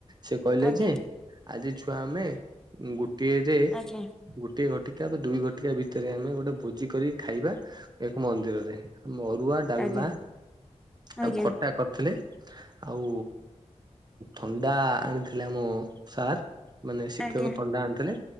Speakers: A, on the right; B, in the centre.
A: ସେ କହିଲେ
B: ଆଜ୍ଞା
A: ଯେ ଆଜି ଛୁଆ ଆମେ ଗୋଟିଏରେ
B: ଆଜ୍ଞା
A: ଗୋଟିଏ ଘଟିକା ବା ଦୁଇ ଘଟା ଏହା ଭିତରେ ଆମେ ଗୋଟେ ଭୋଜି କରି ଖାଇବା ଏକ ମନ୍ଦିରରେ ମରୁଆ ଡାଲମା
B: ଆଜ୍ଞା ଆଜ୍ଞା
A: ଆଉ ଖଟା ଖ ଥିଲେ ଆଉ ଥଣ୍ଡା ଆଣିଥିଲେ ଆମ ସାର୍। ମାନେ ଶିକ୍ଷକ
B: ଆଜ୍ଞା
A: ଥଣ୍ଡା ଆଣିଥିଲେ